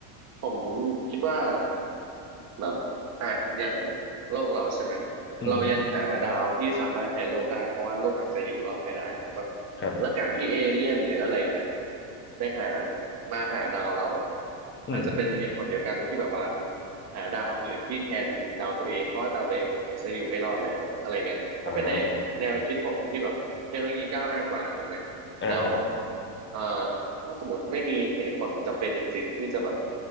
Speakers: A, on the right; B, on the left.
A: ผมคิดว่า แบบอ่ะอย่างโลกเราใช่ไหม
B: อืมครับ
A: เรายังหาดาวที่สามารถแทนโลกได้เพราะว่าโลกอาจจะอยู่รอดไม่ได้ถูกปะ
B: ครับ
A: แล้วการที่เอเลี่ยนหรืออะไรเงี้ยไปหามาหาดาวเรา
B: อืม
A: อาจจะเป็นเหตุผลเดียวกันที่แบบว่าหาดาวอื่นที่แทนดาวตัวเองเพราะว่าดาวตัวเองมันจะอยู่ไม่รอดแล้วอะไรเงี้ยถ้าเป็นในแนวคิดผมที่แบบเทคโนโลยีก้าวหน้ากว่าถูกไหม
B: อ่าอ่าครับ
A: แล้วเอ่อ ถ้าสมมติไม่มีเหตุผลจำเป็นจริงๆที่จะแบบ